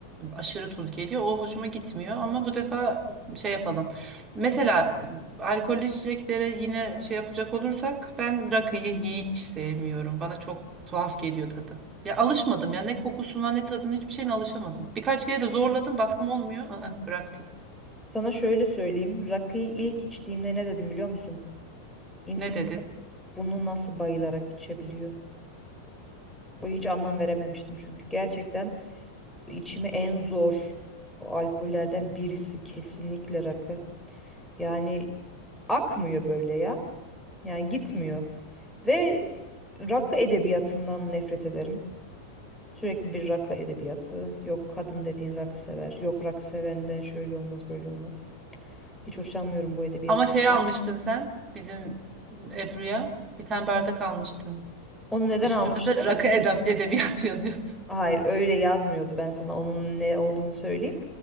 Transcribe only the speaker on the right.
aşırı tuz geliyor. O hoşuma gitmiyor ama bu defa şey yapalım. Mesela e, alkollü içeceklere yine şey yapacak olursak ben rakıyı hiç sevmiyorum. Bana çok tuhaf geliyor tadı. Ya alışmadım ya ne kokusuna ne tadına hiçbir şeyine alışamadım. Birkaç kere de zorladım baktım olmuyor. Aa, bıraktım.
Ne dedin?
Ama şey
almıştın sen bizim Ebru'ya bir tane bardak almıştın.
Üstünde
de rakı edeb edebiyatı yazıyordu.